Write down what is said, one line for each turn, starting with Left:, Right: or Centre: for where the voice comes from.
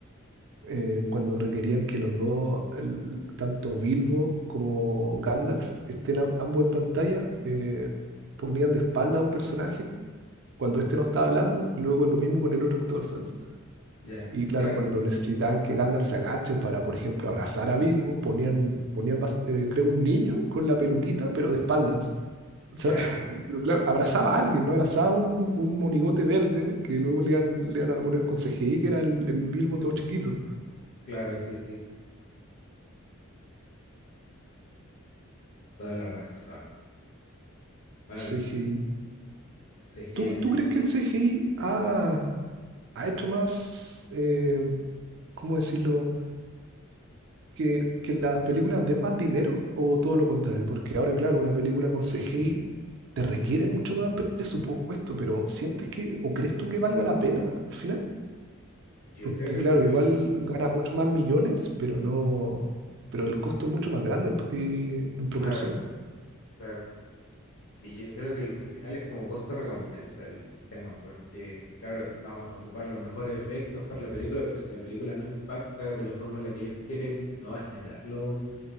Right: eh, cuando requerían que los dos, el- tanto Bilbo como Gandalf, estén a- ambos en pantalla, eh, ponían de espalda a un personaje cuando este no estaba hablando y luego lo mismo con el otro actor, ¿sabes?
Left: Ya,
Right: Y claro,
Left: claro,
Right: cuando necesitaban que Gandalf se agache para, por ejemplo, abrazar a Bilbo, ponían, ponían bas- eh, creo, un niño con la peluquita, pero de espaldas. O sea,
Left: <laughs>
Right: <laughs>
Left: claro,
Right: pero claro, abrazaba a alguien, ¿no? Abrazaba un, un monigote verde que luego le iban, le iban a poner con CGI, que era el, el Bilbo todo chiquito.
Left: claro, sí, sí, toda la razón. Bueno,
Right: CGI
Left: el, el CGI
Right: ¿Tú,
Left: en el
Right: tú
Left: cine.
Right: crees que el Eh, CGI ha, ha hecho más, eh, ¿cómo decirlo? Que, que las películas den más dinero o todo lo contrario? Porque ahora, claro, una película con
Left: eh,
Right: CGI te requiere mucho más presupuesto, pero ¿sientes que, o crees tú que valga la pena al final?
Left: yo
Right: Porque,
Left: creo que al
Right: claro,
Left: final,
Right: igual gana mucho más millones, pero no, pero el costo es mucho más grande en, eh, en proporción.
Left: claro, claro. Sí, yo creo que el- al final es como costo-recompensa el tema, porque, claro, vamos a ocupar los mejores efectos para la película, pero si la película no impacta de la forma en la que ellos quieren, no va a generarlo.